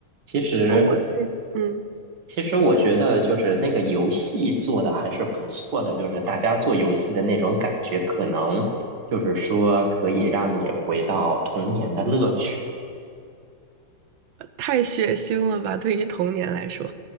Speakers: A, on the right (about 60°); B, on the right (about 80°).
A: 其实。
B: 然后我自己嗯
A: 其实我觉得就是那个游戏做的还是不错的，就是大家做游戏的那种感觉，可能就是说可以让你回到童年的乐趣
B: 太血腥了吧，对于童年来说，